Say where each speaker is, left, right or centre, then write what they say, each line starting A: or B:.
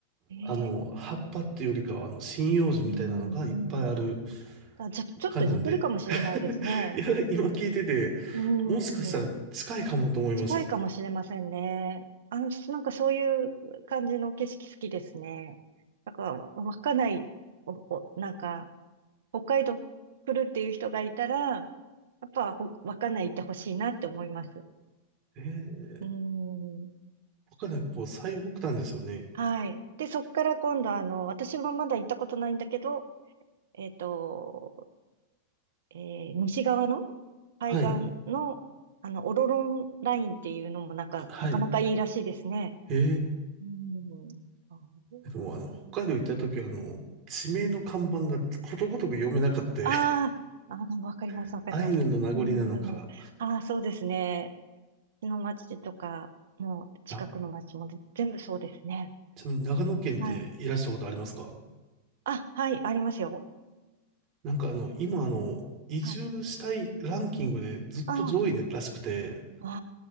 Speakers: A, on the right; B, on the right.
A: ええ
B: あの、葉っぱっていうよりかは、あの、針葉樹みたいなのがいっぱいある
A: うん、うん。あ、ちょ、ちょっと似てるかもしれないですね。
B: 感じなんで、いや、今聞いてて、
A: うん、
B: もしかしたら近いかもと思いました。
A: 近いかもしれませんね。あの、なんかそういう感じの景色好きですね。なんか、稚内、お、お、なんか、北海道来るっていう人がいたら、やっぱ、ほ稚内行ってほしいなって思います。
B: えー、
A: うん。
B: 他ね、こう、最北端ですよね。
A: はい。で、そっから今度、あの、私もまだ行ったことないんだけど、えっと、えー西側の海岸の、
B: はい、
A: あの、オロロンラインっていうのもなんか、
B: はい。
A: なかなかいいらしいですね。
B: え
A: うん。そう
B: ー、でもあの、北海道行った時は、あの、地名の看板がことごとく読めなかった。
A: ああ、あー、でもわかります、
B: <laughs>
A: わかります。
B: アイヌの名残なのか、
A: うん、ああ、そうですね。うちの町とか、もう近くの町も全部そうですね。
B: あちなみに長野県っていらしたことありますか
A: はい。あ、はい、ありますよ。
B: なんかあの、今あの、移住したいランキングでずっと上位らしくて、
A: はい。ああ、わ